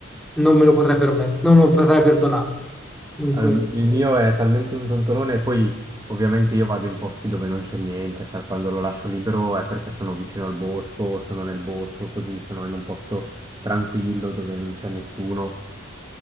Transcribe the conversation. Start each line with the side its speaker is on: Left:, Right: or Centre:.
Centre: non me lo potrei permettere, non lo potrei perdonare. Dunque,
Right: Al- Il mio è talmente un tontolone, e poi ovviamente io vado in posti dove non c'è niente, cioè quando lo lascio libero è perché sono vicino al bosco, sono nel bosco, così sono in un posto tranquillo dove non c'è nessuno